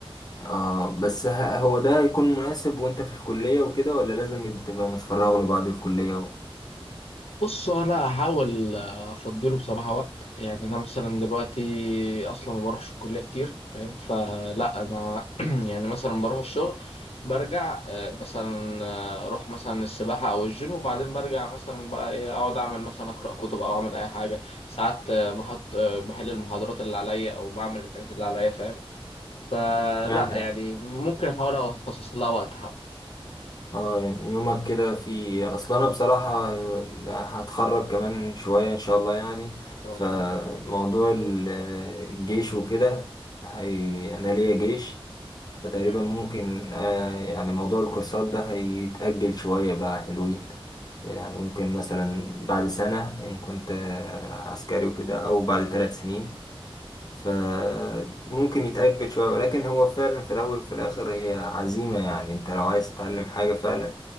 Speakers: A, on the left; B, on the left.
A: اه بس ه- هو ده هيكون مناسب وانت في الكلية وكده ولا لازم تبقى متفرغ له بعد الكلية و...
B: بص انا هحاول افضله بصراحه وقت يعني انا مثلا دلوقتي اصلا ما بروحش الكليه كتير فاهم فلا انا <clears throat> يعني مثلا بروح الشغل برجع آه، مثلا آه، اروح مثلا السباحه او الجيم وبعدين برجع مثلا بقى ايه اقعد اعمل مثلا اقرا كتب او اعمل اي حاجه ساعات آه، بحط آه، بحل المحاضرات اللي عليا او بعمل الحاجات اللي عليا فاهم فلا
A: يعني
B: يعني ممكن احاول اخصص لها وقت حب ان
A: اه يعني يومك كده في اصلا انا بصراحة هتخرج كمان شوية ان شاء الله يعني
B: شاء
A: فموضوع
B: الله
A: ال- الجيش وكده هي انا ليا جيش فتقريبا
B: مم.
A: ممكن آه، يعني موضوع الكورسات ده هيتأجل شوية بقى حلوين يعني ممكن مثلا بعد سنة ان كنت آه، عسكري وكده او بعد ثلاث سنين فممكن يتأجل شوية ولكن هو فعلا في الأول وفي الآخر هي عزيمة يعني أنت لو عايز تتعلم حاجة فعلا